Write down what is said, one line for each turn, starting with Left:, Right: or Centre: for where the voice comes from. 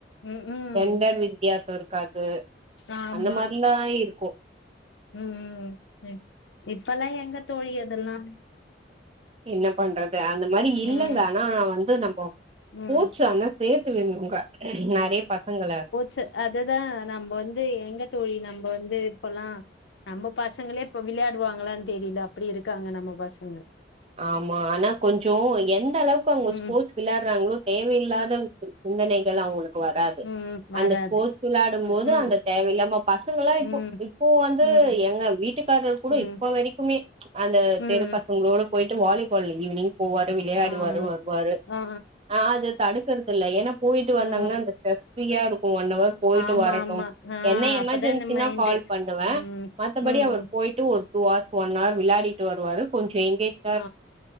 Left: ம் ம்
Right: ஜெண்டர் வித்யாசோ இருக்காது
Left: ச ஆமா
Right: அந்த மாரிலா இருக்கு
Left: ம் ம் ம் ம் இப்பெல்லா எங்க தோழி அதுல்லா
Right: என்ன பண்றது அந்த மாரி இல்லங்க
Left: ம்
Right: ஆனா வந்து நம்ம
Left: ம்
Right: போச்சு அந்த சேத்து விட்ணுங்க நறைய பசங்கள
Left: ச அது தா நம்ப வந்து எங்க தோழி நம்ப வந்து இப்பல்லா நம்ம பசங்களே இப்ப விள்யாடுவாங்களான் தெரில அப்டி இருக்காங்க நம்ம பசங்க
Right: ஆமா ஆனா கொஞ்சோ எந்த அளவுக்கு அவங்க
Left: ம்
Right: ஸ்போர்ட்ஸ் விளாட்றாங்களோ தேவையில்லாத சிந்தனைகள் அவங்களுக்கு வராது
Left: ம் வராது
Right: அந்த ஸ்போர்ட்ஸ் வெளாடும்
Left: ம்
Right: போது
Left: ம்
Right: அந்த தேவயில்லாம பசங்கலா
Left: ம்
Right: இப்போ இப்போ வந்து
Left: ம்
Right: எங்க வீட் வீட்டுக்காரர் கூட
Left: ம்
Right: இப்போ வரைக்குமே அந்த
Left: ம்
Right: தெரு பசங்களோட போயிட்டு வாலிபால் ஈவினிங் போவாரு விளையாடுவாரு
Left: ஆ
Right: வருவாரு
Left: ஆ
Right: ஆ தடுக்கறதில்ல ஏனா போய்ட்டு வந்தாங்கனா
Left: ம்
Right: அந்த ஸ்ட்ரெஸ் ஃப்ரீயா இருக்கு ஒன் அவர் போய்ட்டு
Left: ஆமா
Right: வரட்டு
Left: ஆமா ஆ
Right: என்ன எமர்ஜென்சினா
Left: அப்பதான் இந்த மைண்டு
Right: கால் பண்ணுவே
Left: ம்
Right: மத்தபடி
Left: ம்
Right: அவர் போய்ட்டு ஒர் டூ ஹார்ஸ் ஒன் ஆர் விளையாடிட்டு வருவாரு கொஞ்சோ எங்கேஜ்
Left: ஆ